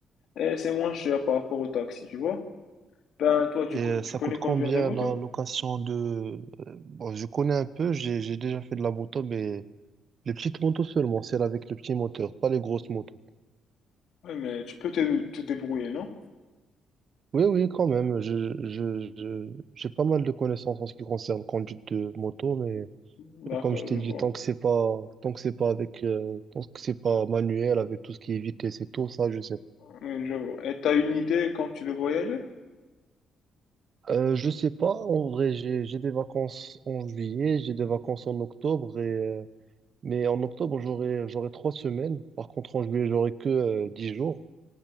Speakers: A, on the left; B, on the right.
A: Et c'est moins cher par rapport au taxi, tu vois. Ben, toi, tu,
B: Et euh,
A: co- tu
B: ça
A: connais
B: coûte
A: conduire
B: combien
A: des motos?
B: la location de... euh, bon, je connais un peu, j'ai j'ai déjà fait de la moto, mais Les petites motos seulement, celles avec le petit moteur, pas les grosses motos.
A: Oui, mais tu peux te, te débrouiller, non?
B: Oui, oui, quand même. Je, je, je- j'ai pas mal de connaissances en ce qui concerne la conduite de moto, mais
A: D'accord,
B: euh, comme je t'ai
A: je
B: dit,
A: vois.
B: tant que c'est pas, tant que c'est pas avec, euh, tant que c'est pas manuel, avec tout ce qui est vitesse et tout, ça, je sais pas.
A: Oui, je vois. Et t'as une idée quand tu veux voyager?
B: Euh, je sais pas. En vrai, j'ai, j'ai des vacances en juillet, j'ai des vacances en octobre et, euh, mais en octobre, j'aurai, j'aurai trois semaines. Par contre, en juillet, j'aurai que, euh, dix jours.